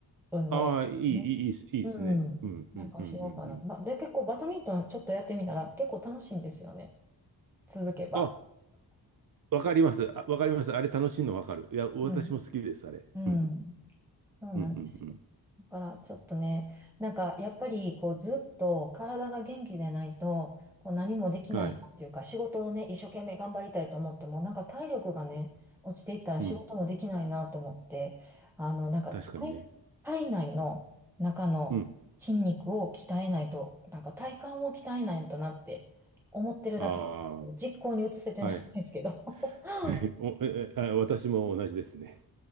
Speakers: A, in the centre; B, on the right (about 55°).
A: 運動。
B: ああ、いい、
A: ね。
B: いい、いいですいいですね。
A: うん。
B: うん、
A: なんかしようかなと。
B: うん、うん、うん、うん。
A: まあ、で、結構バドミントンちょっとやってみたら結構楽しいんですよね。続けば。
B: あ、わかります。あわかります。あれ楽しいのわかる。いや、私も好きです、
A: うん。
B: あれ。
A: うん。
B: うん。
A: そうなんですよ。
B: うん、うん、うん。
A: だからちょっとね、なんかやっぱりこうずっと体が元気でないとこう何もできないなっていうか仕事をね、
B: はい。
A: 一生懸命頑張りたいと思ってもなんか体力がね、落ちていったら仕事もできないなと思って、
B: うん。
A: あのなんか体体内の中の筋肉を鍛えないと、
B: 確かにね。うん。
A: なんか体幹を鍛えないとなって思ってるだけ、
B: あ
A: 実行に移せてないんですけど。
B: あ、はい。
A: <laughs>
B: <laughs> お、え、えあ私も同じですね。